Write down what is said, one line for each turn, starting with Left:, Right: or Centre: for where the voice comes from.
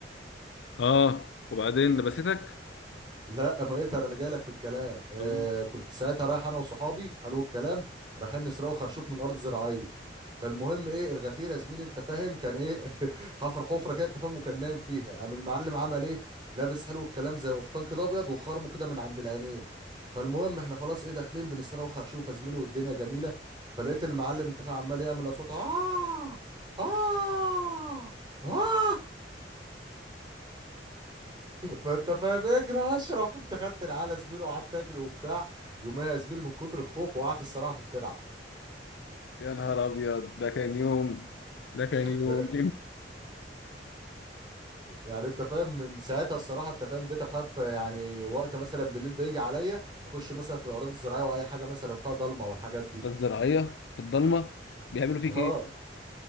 Left: اه وبعدين لبستك
Right: لا ما اقدر انا جاي لك في الكلام آه
Left: طب-
Right: كنت ساعتها رايح انا وصحابي حلو الكلام رايحين نسرقوا خرشوف من ارض زراعيه فالمهم ايه الغفير يا زميلي انت فاهم كان ايه <laughs> حفر حفره كده انت فاهم وكان نايم فيها قام المعلم عمل ايه لابس حلو الكلام زي قفطان كده ابيض وخرمه كده من عند العينين فالمهم احنا خلاص ايه داخلين بنسرقوا خرشوف يا زميلي والدنيا جميله فلقيت المعلم انت فاهم عمال يعمل اصوات اه اه اه ما انت فاهم اجري يا اشرف انت خدت العلى زميله وقعدت اجري وبتاع يوميها يا زميلي من كتر الخوف وقعت الصراحه في الترعه
Left: يا نهار أبيض ده كان يوم ده كان يوم
Right: ده- يعني انت فاهم من ساعتها الصراحه انت فاهم بقيت اخاف يعني وقت مثلا بالليل ده يجي عليا اخش مثلا في الاراضي الزراعيه واي حاجه مثلا فيها ضلمه والحاجات دي
Left: لك زراعية في الضلمة بيعملوا فيك
Right: اه
Left: إيه؟